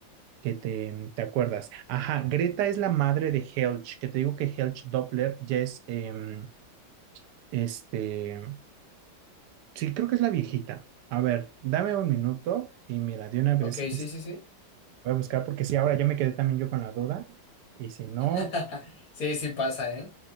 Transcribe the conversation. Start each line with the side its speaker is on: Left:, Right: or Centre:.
Right: que te, te acuerdas. Ajá, Greta es la madre de Helge, que te digo que Helge Doppler ya es, em, este, sí, creo que es la viejita. A ver, dame un minuto y mira, de una vez
Left: Ok, sí,
Right: este,
Left: sí, sí.
Right: voy a buscar porque sí, ahora ya me quedé también yo con la duda. Y si no,
Left: <laughs> Sí, sí pasa, ¿eh?